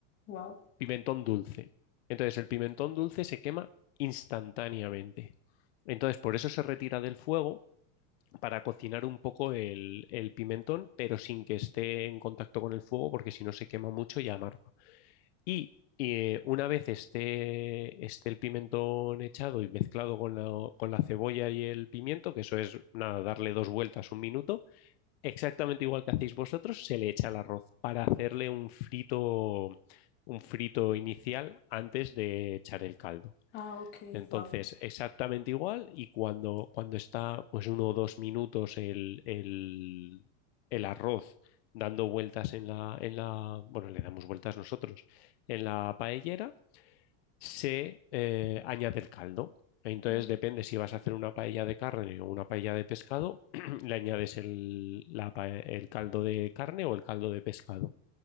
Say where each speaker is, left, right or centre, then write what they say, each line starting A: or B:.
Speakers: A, on the left; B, on the left.
A: wow.
B: pimentón dulce. Entonces el pimentón dulce se quema instantáneamente. Entonces por eso se retira del fuego para cocinar un poco el, el pimentón, pero sin que esté en contacto con el fuego, porque si no se quema mucho y amarga. Y eh, una vez esté, esté el pimentón echado y mezclado con la, con la cebolla y el pimiento, que eso es nada, darle dos vueltas, un minuto, exactamente igual que hacéis vosotros, se le echa el arroz para hacerle un frito, un frito inicial antes de echar el caldo.
A: Ah, ok,
B: Entonces,
A: wow.
B: exactamente igual y cuando, cuando está pues uno o dos minutos el, el- el arroz dando vueltas en la, en la, bueno, le damos vueltas nosotros, en la paellera, se eh, añade el caldo. Entonces,
A: Wow.
B: depende si vas a hacer una paella de carne o una paella de pescado, <clears throat> le añades el, la pa- el caldo de carne o el caldo de pescado